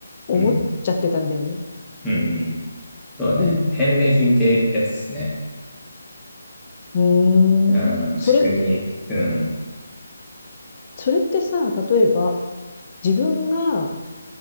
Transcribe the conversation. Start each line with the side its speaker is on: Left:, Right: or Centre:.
Left: 思っちゃってたんだよね。
Centre: うん。うん、うん。うんそうだね。
Left: うん。
Centre: 返礼品ってやつですね。
Left: うーん。
Centre: うん、
Left: それ、
Centre: 仕組み。うん。
Left: それってさ、例えば自分が、